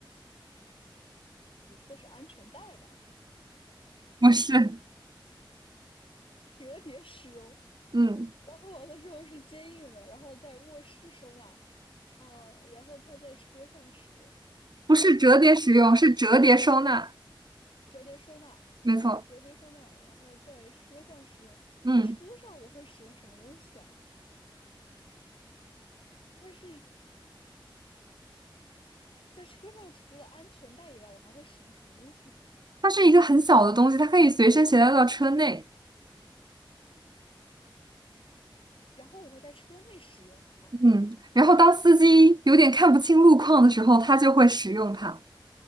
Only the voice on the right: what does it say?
不是，
嗯，
不是折叠使用，
是折叠收纳，
没错。
嗯，
它是一个很小的东西，它可以随身携带到车内。
嗯，然后当司机有点看不清路况的时候，他就会使用它。